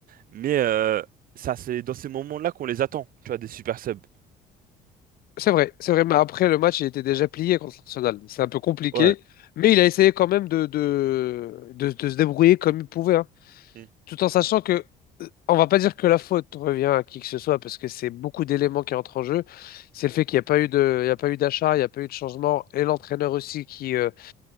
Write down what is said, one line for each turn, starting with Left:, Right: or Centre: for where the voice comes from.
Right: Mais euh, ça, c'est dans ces moments-là qu'on les attend, tu vois, des super subs.
Left: C'est vrai, c'est vrai, mais après le match, il était déjà plié contre l'Arsenal. C'est un peu compliqué,
Right: Ouais.
Left: mais il a essayé quand même de, de, de, de se débrouiller comme il pouvait, hein.
Right: Mm.
Left: Tout en sachant que, euh, on va pas dire que la faute revient à qui que ce soit, parce que c'est beaucoup d'éléments qui entrent en jeu. C'est le fait qu'il n'y a pas eu de, il y a pas eu d'achat, il n'y a pas eu de changement, et l'entraîneur aussi qui, euh,